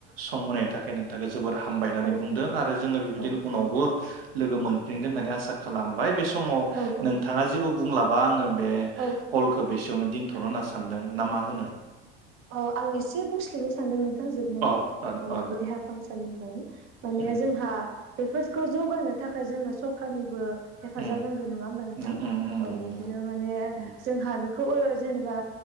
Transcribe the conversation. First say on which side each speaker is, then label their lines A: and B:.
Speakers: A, on the right (about 85°); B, on the right (about 45°).
A: सम होनायनि थाख थाखाय नोंथांखौ जोबोर हामबाय होननानै
B: औ
A: बुंदों आरो जोङो बेबायदिनो
B: औ
A: उनावबो लोगो मोनफिनगोन होननानै आसा खालामबाय बे सम समाव
B: औ
A: नोंथाङा जेबो बुंलाबा आङो ए
B: औ
A: कलखौ बेसेयावनो दिनथ'नो होनना सान नोंथां ना मा होनो
B: औ आं एसे बुंस्लिमनोस सानदों नों थां जोबनायाव
A: अ अ
B: ओ
A: अ दे
B: बि देहा फाहामसा सालिनि बागै माने
A: उम
B: जोंहा बेफोरखौ जौगानो थाखाय जोंनो सरखारनिबो हेफाजाब
A: उम
B: नांगौ नङा होमबा नोंथां
A: उम उम
B: औ
A: नंगौ
B: बिदिनो
A: नंगौ
B: माने
A: उम
B: जोंहा बेखौ ओ जेनेबा